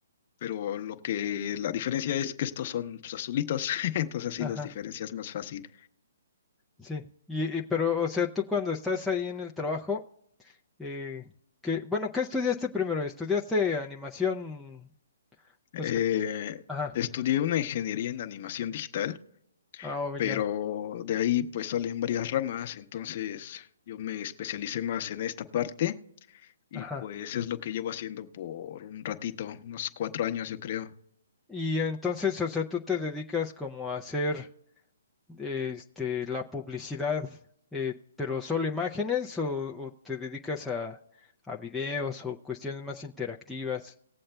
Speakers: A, on the left; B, in the centre.
A: pero lo que la diferencia es que estos son pues, azulitos, <laughs> entonces así
B: Ajá.
A: los diferencias más fácil.
B: Sí, y, y- pero, o sea, tú cuando estás ahí en el trabajo, eh, que, bueno, ¿qué estudiaste primero? ¿Estudiaste animación?
A: Eh,
B: O sea, ajá,
A: estudié una ingeniería en animación digital
B: ah, oh,
A: pero
B: ya,
A: de ahí pues salen varias ramas, entonces yo me especialicé más en esta parte y
B: ajá.
A: pues es lo que llevo haciendo por un ratito, unos cuatro años yo creo.
B: Y entonces, o sea, tú te dedicas como a hacer, este, la publicidad, eh, pero solo imágenes o, o te dedicas a, a videos o cuestiones más interactivas